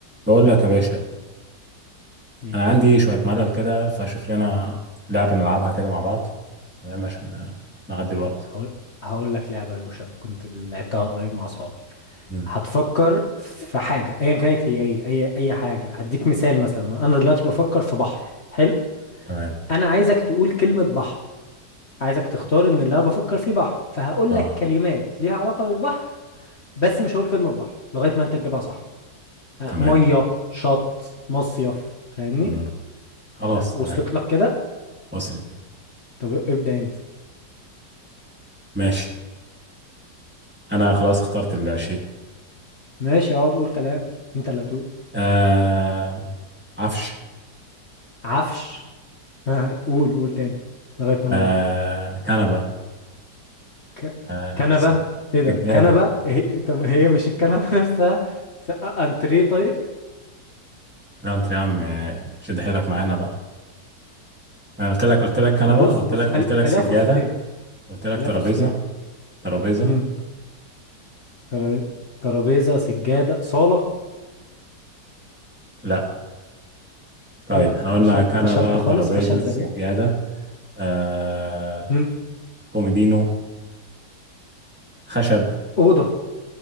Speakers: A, in the centre; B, on the left (about 40°).
A: بقول لك يا باشا
B: ايه
A: انا
B: يا اخويا
A: عندي شويه ملل كده فشوف لنا لعبه نلعبها كده مع بعض تمام عشان نعدي الوقت
B: هقول هقول لك لعبه روشه كنت لعبتها قريب مع اصحابي
A: مم.
B: هتفكر في حاجه ايا كانت هي ايه اي اي حاجه هديك مثال مثلا انا دلوقتي بفكر في بحر حلو
A: تمام
B: انا عايزك تقول كلمه بحر عايزك تختار ان اللي انا بفكر فيه بحر فهقول
A: اه
B: لك كلمات ليها علاقه بالبحر بس مش هقول كلمه بحر لغايه ما انت تجيبها صح آه،
A: تمام
B: ميه شط مصيف فاهمني
A: مم. خلاص
B: لا وصلت
A: تمام
B: لك كده
A: وصلت
B: طب ابدا انت
A: ماشي انا خلاص اخترت الشيء
B: ماشي اقعد قول كلام انت اللي هتقول
A: آه عفش
B: عفش ها قول قول تاني لغاية ما انا
A: آه
B: اقول
A: كنبه
B: ك...
A: آه
B: كنبة
A: سج-
B: ايه ده
A: سجاده
B: كنبة هي... طب هي مش الكنبة <laughs> نفسها س... انتريه طيب
A: لا انت يا عم آه، شد حيلك معانا بقى انا قلت لك قلت لك كنبه
B: طب بص
A: قلت
B: بص
A: لك
B: خل...
A: قلت لك
B: خليها
A: سجاده
B: فرصتين
A: قلت لك
B: خليها
A: ترابيزه
B: فرصتين
A: ترابيزه
B: امم ترابيزة ترابيزة سجادة صالة
A: لا طيب
B: مين
A: احنا قلنا
B: فشل
A: كنبة
B: فشلت خالص
A: ترابيزة
B: فشل ذريع
A: سجادة آه
B: امم
A: كوميدينو خشب
B: أوضة